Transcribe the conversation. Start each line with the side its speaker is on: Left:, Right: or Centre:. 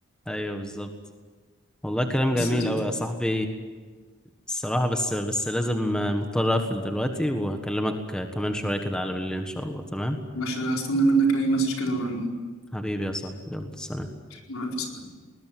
Centre: ايوه بالظبط والله كلام
Left: بس
Centre: جميل
Left: يا سيدي
Centre: أوي يا صاحبي الصراحة بس بس لازم آه، مضطر أقفل دلوقتي وهكلمك آه، كمان شوية كده على بالليل إن شاء الله تمام
Left: مش هستنى منك اي مسج كده ولا
Centre: حبيبي يا صاحبي يلا سلام
Left: مع الف سلامه